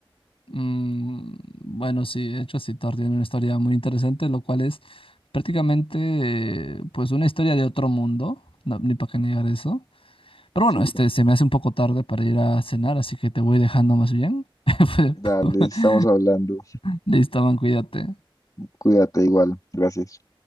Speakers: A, on the left; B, on the left.
A: <laughs> mm, bueno, sí, de hecho, sí, Thor tiene una historia muy interesante, lo cual es prácticamente, eh, pues, una historia de otro mundo. No, ni para qué negar eso. Pero
B: Sí,
A: bueno, este se me hace un poco tarde para ir a cenar, así que te voy dejando más bien. <laughs>
B: dale, estamos hablando.
A: Listo, man, cuídate.
B: Cuídate igual. Gracias.